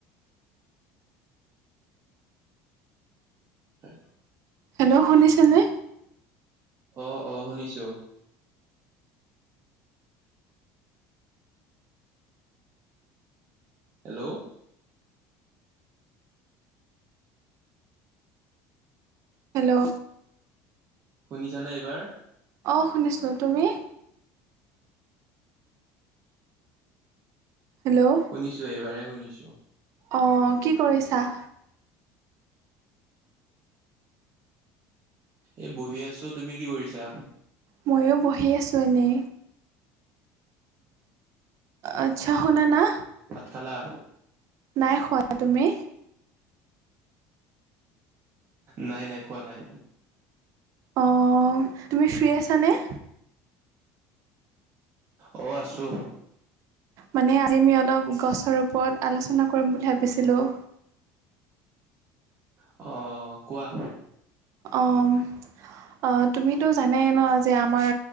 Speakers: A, on the right; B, on the right.
A: <unintelligible>
B: হেল্ল', শুনিছেনে?
A: অ', অ', শুনিছোঁ। হেল্ল',
B: হেল্ল',
A: শুনিছানে এইবাৰ?
B: অ, শুনিছোঁ তুমি? হেল্ল',
A: শুনিছোঁ এইবাৰে শুনিছোঁ।
B: অ, কি কৰিছা?
A: এ বহি আছোঁ তুমি কি কৰিছা?
B: ময়ো বহি আছোঁ এনে। আচ্ছা শুনা না?
A: ভাত খালা?
B: নাই খোৱা তুমি?
A: নাই- নাই খোৱা নাই।
B: অ, তুমি ফ্ৰী আছানে?
A: অ, আছোঁ।
B: মানে আজি আমি অলপ গছৰ ওপৰত আলোচনা কৰিম বুলি ভাবিছিলোঁ।
A: অ, কোৱা?
B: অ, উম। অ, তুমিতো জানাই ন' যে আমাৰ